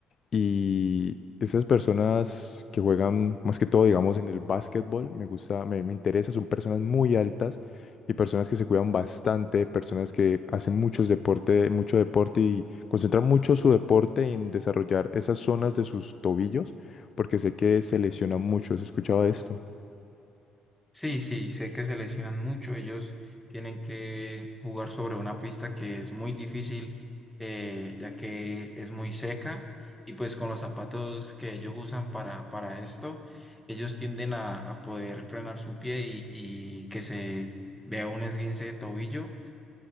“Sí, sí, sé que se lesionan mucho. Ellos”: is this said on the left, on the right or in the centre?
Centre